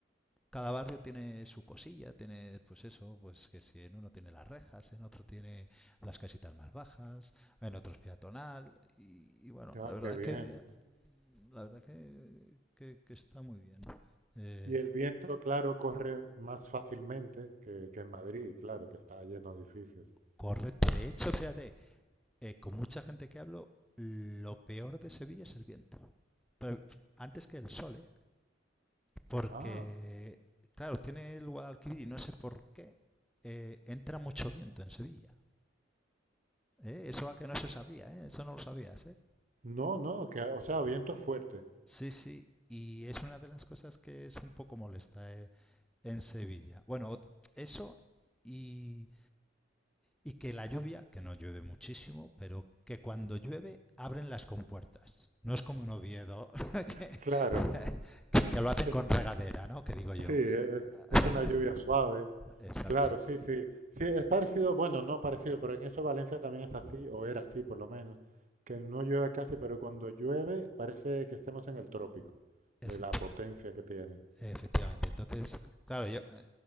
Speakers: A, in the centre; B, on the right (about 40°).
A: cada barrio tiene su cosilla, tiene pues eso, pues que si en uno tiene las rejas, en otro tiene las casitas más bajas, en otro es peatonal y, y bueno,
B: ah,
A: la verdad
B: qué bien.
A: que la verdad que, que- que está muy bien. Eh,
B: Y el viento, claro, corre más fácilmente que, que en Madrid, claro, que está lleno de edificios.
A: correcto. De hecho, fíjate, eh, con mucha gente que hablo, lo peor de Sevilla es el viento. Pero antes que el sol, ¿eh? Porque,
B: Ah,
A: claro, tiene el Guadalquivir y no sé por qué, eh, entra mucho viento en Sevilla. ¿eh? Eso a que no se sabía, ¿eh? Eso no lo sabías, ¿eh?
B: no, no, que, o sea, viento fuerte.
A: Sí, sí. Y es una de las cosas que es un poco molesta ¿eh? en Sevilla. Bueno, ot- eso y, y que la lluvia, que no llueve muchísimo, pero que cuando llueve abren las compuertas. No es como en Oviedo, <laughs> que,
B: Claro,
A: que, que lo hacen
B: que
A: con
B: es-
A: regadera, ¿no? Que digo yo.
B: sí, es, es
A: <laughs>
B: una lluvia suave.
A: Exacto,
B: Claro, sí, sí. Sí, es parecido, bueno, no parecido, pero en eso Valencia también es así, o era así por lo menos, que no llueve casi, pero cuando llueve parece que estemos en el trópico,
A: efectivamente.
B: de la potencia que tiene.
A: Efectivamente. Entonces, claro, yo eh,